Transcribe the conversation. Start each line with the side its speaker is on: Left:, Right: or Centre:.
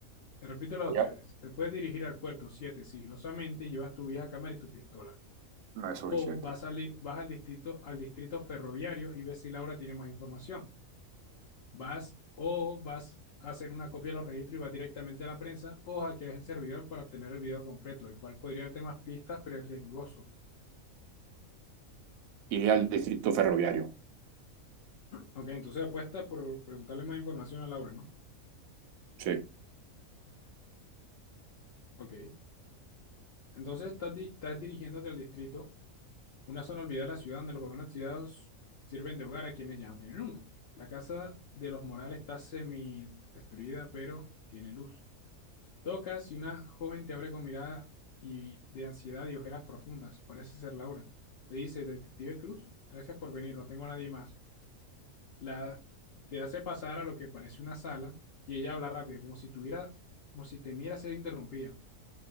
Left: Te repito las
Right: Voy
Left: opciones.
Right: a-
Left: Te puedes dirigir al puerto 7 sigilosamente, llevas tu vieja cámara y tu pistola.
Right: No es
Left: O
Right: suficiente.
Left: vas, al, vas al, distrito, al distrito ferroviario y ves si Laura tiene más información. Vas o vas a hacer una copia de los registros y vas directamente a la prensa o hackeas el servidor para obtener el video completo, el cual podría darte más pistas, pero es riesgoso.
Right: Iría al distrito ferroviario.
Left: Ok, entonces apuesta por preguntarle más información a Laura, ¿no?
Right: Sí.
Left: Ok. Entonces estás, di- estás dirigiéndote al distrito, una zona olvidada de la ciudad donde los vagones ciudadanos sirven de hogar a quienes ya no tienen uno. La casa de los Morales está semi destruida, pero tiene luz. Tocas y una joven te abre con mirada y de ansiedad y ojeras profundas. Parece ser Laura. Te dice, Detective Cruz, gracias por venir, no tengo a nadie más. La, te hace pasar a lo que parece una sala y ella habla rápido, como si tuviera, como si temiera ser interrumpida.